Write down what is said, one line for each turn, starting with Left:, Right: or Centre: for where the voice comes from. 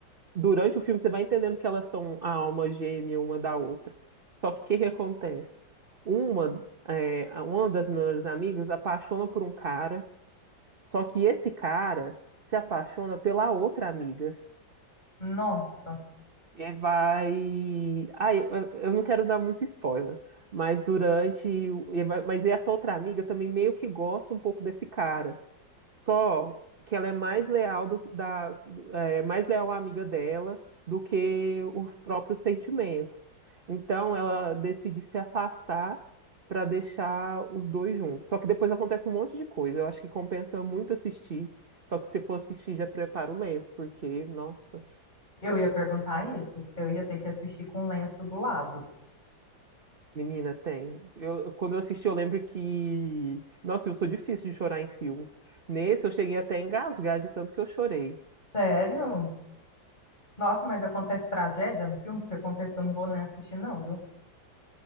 Right: durante o filme você vai entendendo que elas são a alma gêmea uma da outra. Só que o que que acontece? Uma, é, uma das melhores amigas apaixona por um cara, só que esse cara se apaixona pela outra amiga.
Left: Nossa,
Right: E vai. Ah, eu eu não quero dar muito spoiler, mas durante. o- e vai- Mas essa outra amiga também meio que gosta um pouco desse cara. Só que ela é mais leal do, da, é, mais leal à amiga dela do que os próprios sentimentos. Então ela decide se afastar para deixar os dois juntos. Só que depois acontece um monte de coisa. Eu acho que compensa muito assistir. Só que se for assistir, já prepara o lenço, porque, nossa,
Left: Eu ia perguntar isso, se eu ia ter que assistir com o lenço do lado.
Right: menina, tem. Eu, quando eu assisti, eu lembro que. Nossa, eu sou difícil de chorar em filme. Nesse, eu cheguei até a engasgar de tanto que eu chorei.
Left: Sério? Nossa, mas acontece tragédia no filme? Se acontecer, eu não vou nem assistir, não, viu?